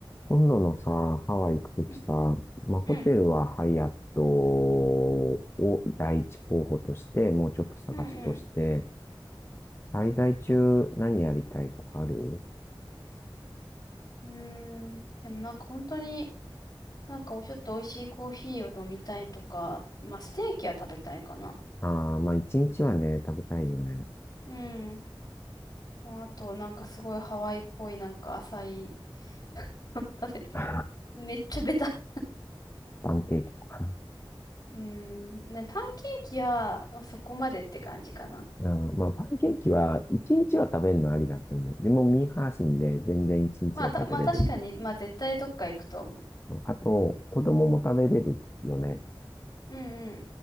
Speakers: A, on the left; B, on the left.
A: 今度のさ、ハワイ行くときさ、
B: うん
A: まあ、ホテルはハイアットを第一候補として、
B: うん
A: もうちょっと探すとして、
B: うんうん。
A: 滞在中何やりたいとかある
B: うーん。でもなんか本当になんかおちょっと美味しいコーヒーを飲みたいとか、まあステーキは食べたいかな。
A: ああー、まあ、一日はね、食べたいよね。
B: うん。まあ、あとなんかすごいハワイっぽいなんか浅い <laughs> 食べたい。
A: <laughs> パ
B: <laughs> めっちゃベタ。
A: ンケーキとか。
B: うん。ね、パンケーキは、まあ、そこまでって感じかな。
A: うん、まあ、パンケーキは、一日は食べるのありだと思う。でも、ミーハー心で全然一日は食べれる。
B: まあた、まあ確かに、まあ絶対どっか行くと思
A: そうあと、子供も食べれるよね。
B: う。うんうん。